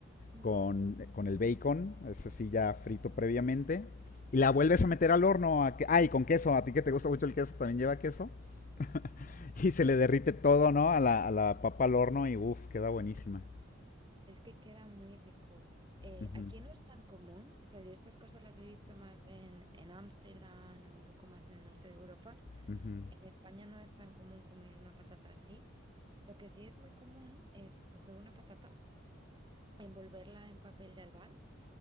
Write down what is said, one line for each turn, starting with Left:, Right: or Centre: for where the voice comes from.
Right: Mm.
Left: con, con el bacon, ese sí ya frito previamente. Y la
Right: que
Left: vuelves a meter al horno. A que, ay, con queso. A ti que te gusta mucho el queso, también lleva queso. <laughs> Y se le derrite todo, ¿no? A la, a la papa al horno y uff, queda buenísima.
Right: es que queda muy rico. Eh,
Left: Ujú,
Right: aquí no es tan común, o sea, yo estas cosas las he visto más en en Ámsterdam o un poco más en el norte de Europa.
Left: ujú,
Right: En España no es tan común comer una patata así. Lo que sí es muy común es coger una patata, envolverla en papel de albal